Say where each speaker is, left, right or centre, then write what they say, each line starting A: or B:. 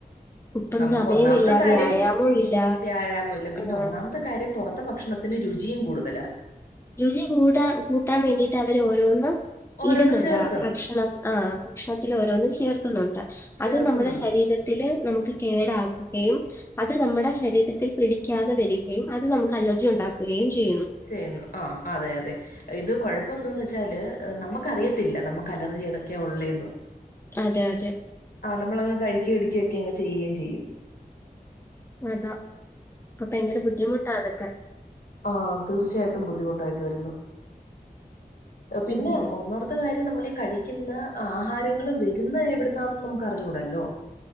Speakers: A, on the left; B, on the left.
A: ഇപ്പം
B: നമുക്ക്
A: സമയമില്ല
B: ഒന്നാമത്തെ കാര്യം
A: വ്യായാമവും ഇല്ല
B: വ്യായാമില്ല പിന്നെ
A: ആ,
B: ഒന്നാമത്തെ- ത്തെ കാര്യം പൊറത്ത ഭക്ഷണത്തിന് രുചിയും കൂടുതല
A: രുചി കൂടാ കൂട്ടാൻ വേണ്ടിട്ട് അവര് ഓരോന്നും
B: ഓരോന്ന്
A: ഇടുന്നുണ്ട്
B: ചേർക്കും
A: ഭക്ഷണം ആഹ് ഭക്ഷണത്തിൽ ഓരോന്നും ചേർക്കുന്നുണ്ട്
B: ചേർക്കുന്നുണ്ട്
A: അത് നമ്മുടെ ശരീരത്തില് നമുക്ക് കേടാക്കുകയും- അത് നമ്മുടെ ശരീരത്തിൽ പിടിക്കാതെ വരികയും അത് നമുക്ക് അലർജി ഉണ്ടാക്കുകയും ചെയ്യുന്നു
B: ചെയ്യുന്നു ആ അതെ അതെ ഇത് കൊഴപ്പം എന്തുവാന്ന് വെച്ചാല് നമുക്കറിയത്തില്ല നമ്മുക്ക് അലർജി ഏതൊക്കെയാ ഉള്ളേന്ന്
A: അതെ അതെ
B: ആ നമ്മളങ്ങ് കഴിക്കുകയും എ ടുക്കുകയൊക്കെ അങ്ങ് ചെയ്യുകയും ചെയ്യും
A: അതാ അപ്പ ഭയങ്കര ബുദ്ധിമുട്ടാ അതൊക്കെ
B: ആ തീർച്ചയായിട്ടും ബുദ്ധിമുട്ടായിട്ട് വരുന്നു പിന്നെ
A: ഉം.
B: ഒന്ന് ഓ - മത്തെ കാര്യം നമ്മള് ഈ കഴിക്കുന്ന ആഹാരങ്ങൾ വരുന്ന എവിടുന്നാണെന്ന് നമുക്ക് അറിഞ്ഞുകൂടല്ലോ